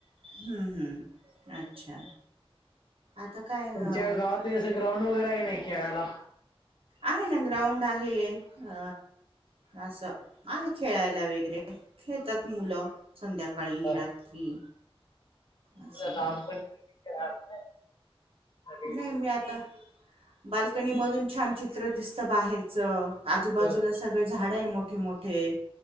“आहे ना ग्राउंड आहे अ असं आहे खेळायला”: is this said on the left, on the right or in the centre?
Right